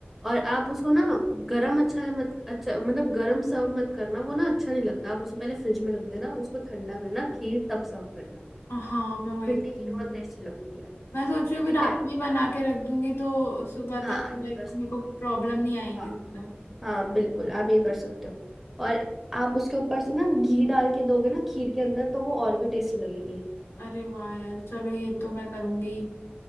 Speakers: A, in the centre; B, on the left.
A: और आप उसको ना गरम अच्छा मत अच्छा मतलब गरम सर्व मत करना वो ना अच्छा नहीं लगता आप उसे पहले फ्रिज में रख देना उसको ठंडा करना खीर तब सर्व करना
B: हाँ मैं वही
A: ठंडी
B: करूंगी
A: खीर बहुत टेस्टी लगती है
B: मैं सोच रही हूँ अभी
A: ठीक
B: रात
A: है
B: में ही बना के रख दूंगी तो सुबह
A: हाँ
B: तक लाइक
A: ये कर सकते
B: मेरे को
A: हो
B: प्रॉब्लम नहीं आएगी
A: हाँ
B: ज्यादा
A: हाँ बिल्कुल आप ये कर सकते हो और आप उसके ऊपर से ना घी डाल के दोगे ना खीर के अंदर तो वो और भी टेस्टी लगेगी
B: अरे वाह यार चलो ये तो मैं करूंगी